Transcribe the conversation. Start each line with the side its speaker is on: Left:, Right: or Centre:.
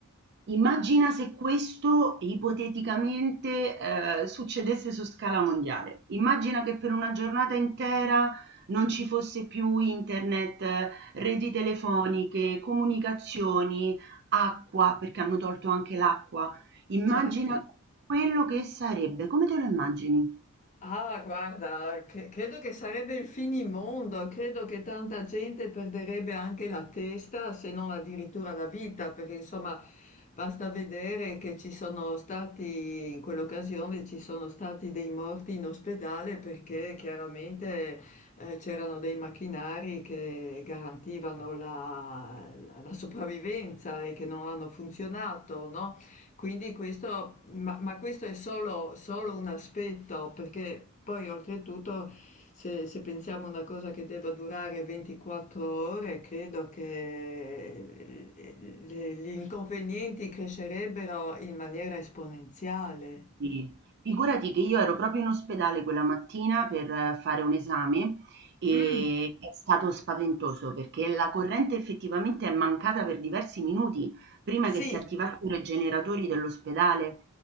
Right: Immagina se questo ipoteticamente, ehm, succedesse su scala mondiale. Immagina che per una giornata intera non ci fosse più internet, reti telefoniche, comunicazioni, acqua, perché hanno tolto anche l'acqua. Immagina
Left: certo.
Right: quello che sarebbe. Come te lo immagini?
Left: Ah, guarda, cre- credo che sarebbe il finimondo, credo che tanta gente perderebbe anche la testa, se non addirittura la vita, perché insomma basta vedere che ci sono stati, in quell'occasione ci sono stati dei morti in ospedale perché chiaramente eh, c'erano dei macchinari che garantivano la, la- la sopravvivenza e che non hanno funzionato, no? Quindi questo, ma, ma questo è solo, solo un aspetto, perché poi oltretutto se, se pensiamo a una cosa che debba durare 24 ore, credo che le- gli inconvenienti crescerebbero in maniera esponenziale.
Right: Sì, figurati che io ero proprio in ospedale quella mattina per eh, fare un esame e
Left: Mm,
Right: è stato spaventoso perché la corrente effettivamente è mancata per diversi minuti prima
Left: sì,
Right: che si attivassero i generatori dell'ospedale